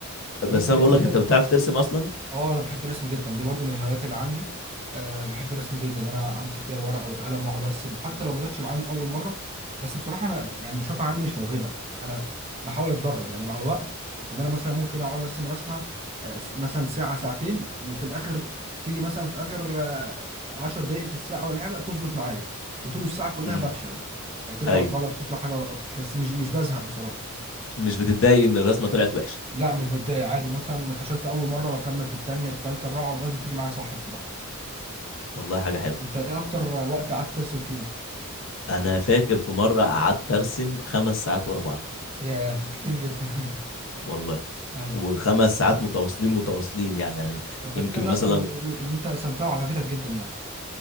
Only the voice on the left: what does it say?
بس
انا بقول لك
انت بتعرف ترسم اصلا
امم
ايوه
مش بتتضايق ان الرسمة طلعت وحشة
والله حاجة حلوة
انا فاكر في مره قعدت ارسم خمس ساعات ورا بعض
والله
وخمس ساعات متواصلين متواصلين يعني يعني
يمكن
مثلا